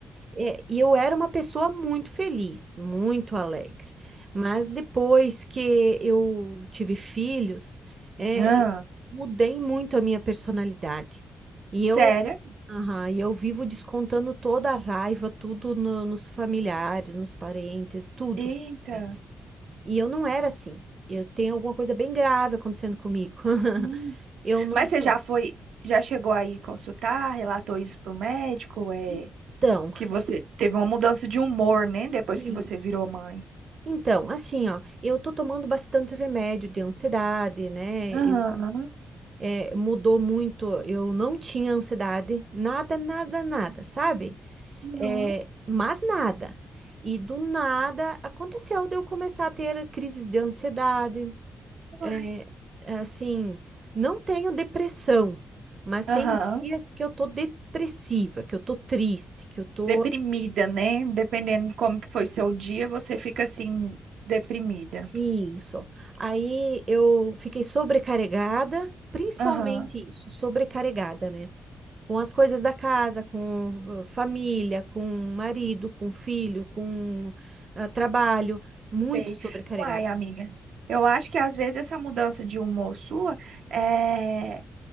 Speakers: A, on the right; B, on the right.
A: É, e eu era uma pessoa muito feliz, muito alegre. Mas depois que eu tive filhos, é,
B: Ah.
A: mudei muito a minha personalidade. E eu,
B: Sério?
A: aham, e eu vivo descontando toda a raiva, tudo no- nos familiares, nos parentes, tudo,
B: Eita.
A: sabe? E eu não era assim. Eu tenho alguma coisa bem grave acontecendo comigo. <laughs>
B: Hum.
A: Eu não
B: Mas
A: sei.
B: você já foi, já chegou aí consultar, relatou isso pro médico? É,
A: Então,
B: Que você teve uma mudança de humor, né? Depois
A: é,
B: que você virou mãe.
A: Então, assim, ó, eu tô tomando bastante remédio de ansiedade, né?
B: Aham.
A: Eu- é, mudou muito. Eu não tinha ansiedade, nada, nada, nada, sabe?
B: Uhum,
A: É, mas nada. E do nada aconteceu de eu começar a ter crises de ansiedade. É,
B: uai.
A: assim, não tenho depressão, mas
B: Aham.
A: tem dias que eu tô depressiva, que eu tô triste, que eu tô
B: Deprimida,
A: assim.
B: né? Dependendo de como que foi seu dia, você fica assim, deprimida.
A: Isso. Aí eu fiquei sobrecarregada, principalmente
B: Aham.
A: isso, sobrecarregada, né? Com as coisas da casa, com eh, família, com marido, com filho, com ah, trabalho, muito
B: Sei.
A: sobrecarregada.
B: Uai, amiga. Eu acho que às vezes essa mudança de humor sua é